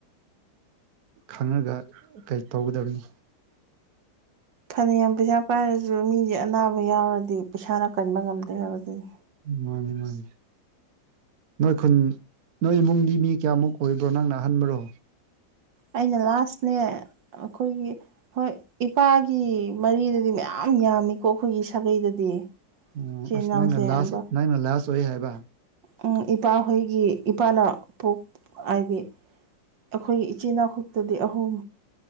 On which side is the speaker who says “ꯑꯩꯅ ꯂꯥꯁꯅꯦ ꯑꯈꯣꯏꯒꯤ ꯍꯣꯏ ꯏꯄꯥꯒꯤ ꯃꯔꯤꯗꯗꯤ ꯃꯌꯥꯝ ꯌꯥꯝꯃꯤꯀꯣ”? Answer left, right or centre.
Right